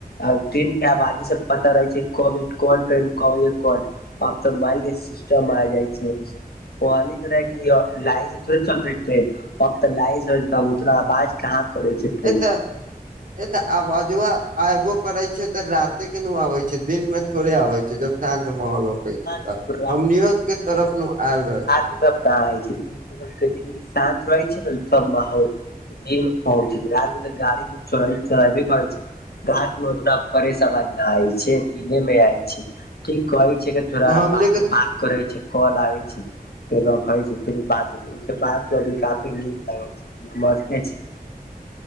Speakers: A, on the left (about 85°); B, on the right (about 60°).
A: आ तीन टा बाजी सब पता रहै छै कोन क कोन आब तऽ माल के सिस्टम आ जाइ छै ओहलि कर रहै कि लाइ से थोड़े चलतेै ट्रेन अब तऽ लाई से उतना आवाज <inaudible> कहाँ करै छै फि
B: एतऽ ए तऽ आबाजुा अयबो करै छै तऽ राते के न आबै छै दिन मे थोड़े होै छै जब शान्त माहौल होक छै तऽ
A: तब
B: हमनियो के तरफ नु आयल रहे
A: कहाँइ छै दिनके शान्त रहै छै ने सब माहौल लोक पहुँच छै आब त गड़ी ल लोक चल चलबे कर छै राति मे उतना फ्रेश आवाज नहि आय छै दिने मे आय छै ठीक कहै छै
B: रहे
A: थोरा हम
B: हमनी
A: बाद
B: के
A: में बात करै छै काल आबै छै फेर रखै छै फेर बात बाती काफी नीक लगे छै नस्ते छै